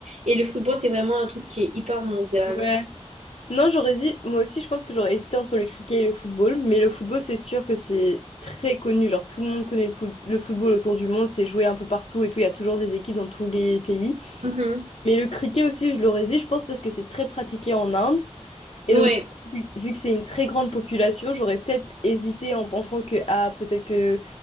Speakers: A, on the right; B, on the left.
A: et le football c'est vraiment un truc qui est hyper mondial.
B: Ouais. Non, j'aurais dit, moi aussi, je pense que j'aurais hésité entre le cricket et le football, mais le football, c'est sûr que c'est très connu. Genre, tout le monde connaît le, poul- le football autour du monde, c'est joué un peu partout et tout. Il y a toujours des équipes dans tous les pays.
A: Mhm.
B: Mais le cricket aussi, je l'aurais dit, je pense, parce que c'est très pratiqué en Inde.
A: Ouais,
B: Et donc, si- vu que c'est une très grande population, j'aurais peut-être hésité en pensant que, ah, peut-être que.